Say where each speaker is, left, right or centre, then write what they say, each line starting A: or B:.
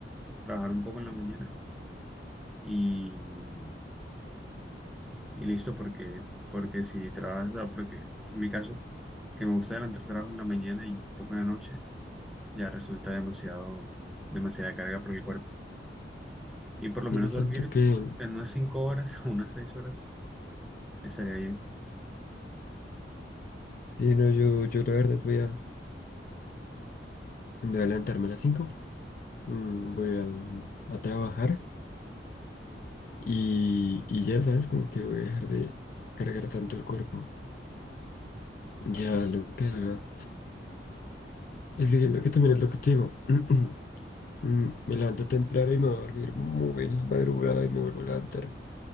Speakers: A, in the centre; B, on the left.
A: trabajar un poco en la mañana y, y listo, porque, porque si trabajas, o sea, porque en mi caso, que me gusta adelantar trabajo en la mañana y un poco en la noche, ya resulta demasiado, demasiada carga para el cuerpo. Y por lo menos
B: eh, siento
A: dormir
B: que,
A: en unas cinco horas, <laughs> unas seis horas, estaría bien.
B: sí, no, yo, yo la verdad voy a, voy a levantarme a las 5, voy a, mm, a trabajar y, y ya, ¿sabes? Como que voy a dejar de cargar tanto el cuerpo. Ya lo que haga. Es que siento que también es lo que te digo. <clears throat> Mm, Me levanto temprano y me voy a dormir muy en la madrugada y me vuelvo a levantar